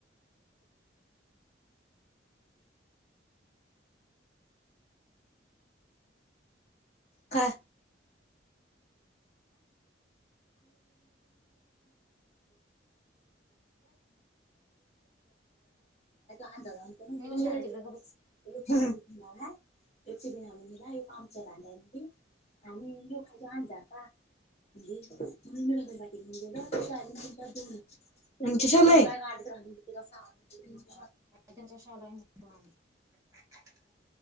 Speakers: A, on the left; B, on the right.
A: काय <unintelligible> <unintelligible>
B: नेऊ देत
A: मग
B: तिकडं गप बसा
A: हाय <unintelligible> <unintelligible>
B: <unintelligible>